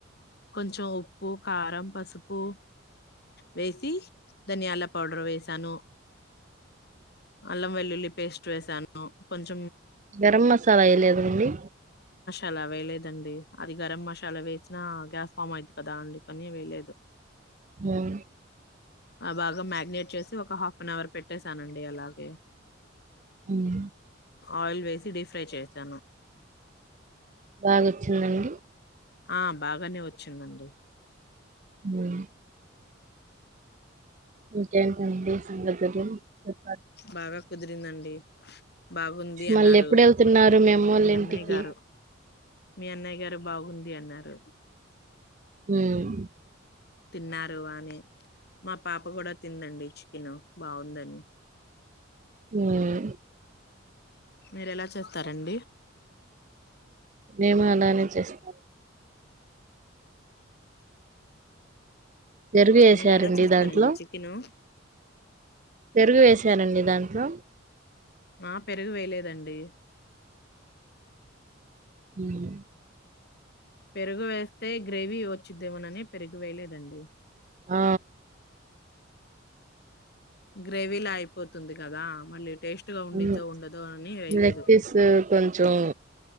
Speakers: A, on the left; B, on the right.
A: కొంచెం ఉప్పు కారం పసుపు వేసి ధనియాల పౌడర్ వేసాను. అల్లం వెల్లుల్లి పేస్ట్ వేసాను కొంచం
B: గరం మసాల ఎయలేదండి
A: అలా వేయలేదండి అది గరం మసాలా వేసినా గ్యాస్ ఫామ్ అయిద్ది కదా అందుకని వేయలేదు.
B: హ్మ్
A: ఆ బాగా మ్యాగినేట్ చేసి ఒక హాఫ్ అన్ అవర్ పెట్టేసానండి అలా ఓకే
B: ఉమ్
A: ఆయిల్ వేసి డీప్ ఫ్రై చేశాను
B: బాగోచ్చిందండి
A: ఆ బాగానే వచ్చిందండి
B: మ్ ఇంకేంటండి సంగతులు చెప్పాలి
A: బాగా కుదిరిందండి బాగుంది అన్నారు
B: మళ్ళీ ఎప్పుడు వెళ్తున్నారు అమ్మోళ్ళ
A: మీ అన్నయ్య
B: ఇంటికి
A: గారు మీ అన్నయ్య గారు బాగుంది అన్నారు
B: ఉమ్
A: తిన్నారు బానే మా పాప కూడా తిందండి చికిను బాగుందని
B: మ్
A: మీరు ఎలా చేస్తారండి
B: మేము అలానే చేస్తాం పెరుగు వేసారండి
A: మీరు ఎలా చేస్తారండి
B: దాంట్లో
A: చికెను
B: పెరుగు వేశారండి దాంట్లో
A: ఆ పెరుగు వేయలేదండి
B: మ్
A: పెరుగు వేస్తే గ్రేవీ వచ్చిద్దేమోనని పెరుగువేయలేదండి
B: ఆ
A: గ్రేవీలా అయిపోతుంది కదా మళ్ళీ టేస్ట్ గా ఉండిద్దో
B: మ్
A: ఉండదో అని వేయలేదు
B: లెగ్ పీస్ కొంచం